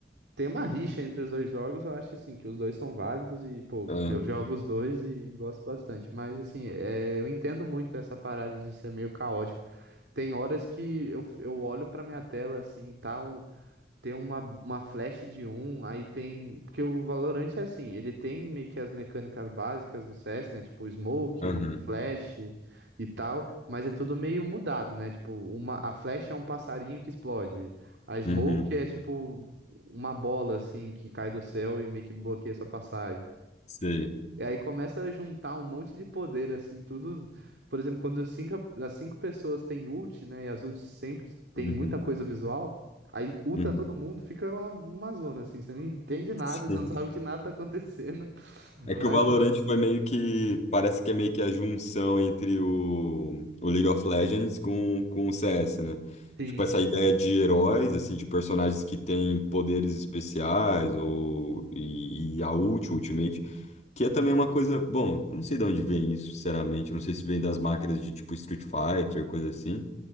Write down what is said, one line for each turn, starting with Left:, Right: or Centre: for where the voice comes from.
Right: tem uma rixa entre os dois jogos, eu acho assim, que os dois são válidos e, pô,
Left: Ah,
Right: eu jogo os dois e gosto bastante. Mas, assim, é, eu entendo muito essa parada de ser meio caótico. Tem horas que eu, eu olho pra minha tela, assim, tá um, tem uma, uma flash de um, aí tem. Porque o Valorant é assim, ele tem meio que as mecânicas básicas do CS, né? Tipo, smoke,
Left: Aham,
Right: flash e tal, mas é tudo meio mudado, né? Tipo, uma... a flash é um passarinho que explode. A smoke
Left: uhum, Uhum.
Right: é tipo uma bola assim que cai do céu e meio que bloqueia sua passagem.
Left: sei,
Right: E aí começa a juntar um monte de poder, assim, tudo. Por exemplo, quando os cinco, as cinco pessoas têm ult, né? E as ults sempre tem
Left: uhum,
Right: muita coisa visual. Aí ulta
Left: uhum,
Right: todo mundo, fica uma, uma zona, assim. Você não entende nada,
Left: <laughs>
Right: você não sabe que nada tá acontecendo. <laughs>
Left: É
Right: Mas,
Left: que o Valorant foi meio que. Parece que é meio que a junção entre o, o League of Legends com, com o CS, né?
Right: assim,
Left: Tipo, essa ideia de heróis, assim, de personagens que têm poderes especiais ou, e, e a ult, o Ultimate, que é também uma coisa. Bom, eu não sei de onde vem isso, sinceramente. Eu não sei se vem das máquinas de tipo Street Fighter, coisa assim.